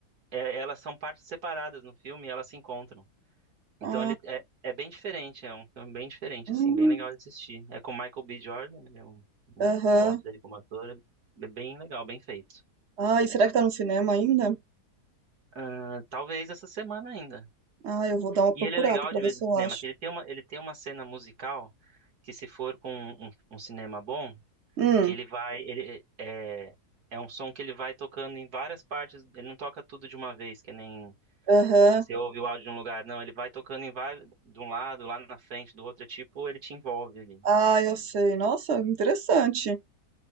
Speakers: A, on the right; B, on the right.
A: é, elas são partes separadas no filme e elas se encontram. Então
B: Ah,
A: ele é, é bem diferente, é um filme bem diferente,
B: hum,
A: assim, bem legal de assistir. É com Michael B. Jordan, ele é um- um-
B: aham.
A: gosto dele como ator, é bem legal, bem feito.
B: Ah, e será que tá no cinema ainda?
A: Ah, talvez essa semana ainda.
B: Ah, eu vou dar uma
A: E
B: procurada
A: ele é legal
B: pra
A: de
B: ver
A: ver
B: se
A: no
B: eu
A: cinema,
B: acho.
A: que ele tem uma, ele tem uma cena musical que se for com um, um cinema bom,
B: Hum,
A: que ele vai, ele é, é um som que ele vai tocando em várias partes, ele não toca tudo de uma vez, que nem
B: aham.
A: Você ouve o áudio de um lugar, não, ele vai tocando em vários, de um lado, lá na frente, do outro, é tipo, ele te envolve ali.
B: Ah, eu sei. Nossa, interessante.